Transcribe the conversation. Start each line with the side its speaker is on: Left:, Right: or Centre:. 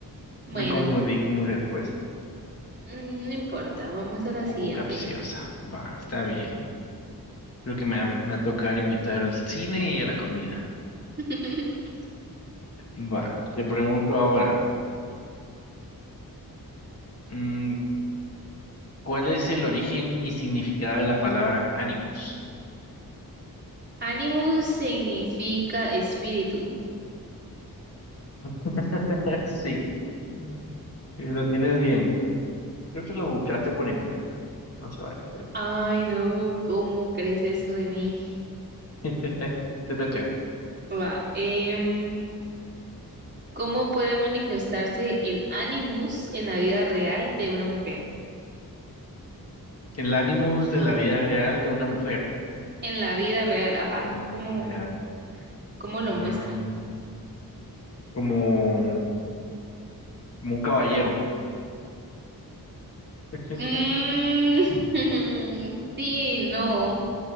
Right: Bueno,
Left: Me confundí con mi respuesta.
Right: mm, no importa, vamos a
Left: Un
Right: la
Left: poco
Right: siguiente.
Left: capciosa. Va, está bien. Creo que me va, me va a tocar invitar al cine y a la comida.
Right: <laughs>
Left: Va, te pregunto ahora. mm, ¿cuál es el origen y significado de la palabra ánimos?
Right: Animus significa espíritu.
Left: <laughs> Sí, y lo tienes bien. Creo que lo buscaste por internet. No se vale, pero.
Right: Ay, no, ¿cómo crees eso de mí?
Left: <laughs> Te toca.
Right: Va, em, ¿cómo puede manifestarse el animus en la vida real de una mujer?
Left: El ánimos de la vida real de una mujer.
Right: En la vida real, ajá,
Left: La
Right: ¿cómo,
Left: vida real.
Right: cómo lo
Left: Mm,
Right: muestran?
Left: como, como un caballero. <laughs>
Right: Mm, <laughs> sí, no.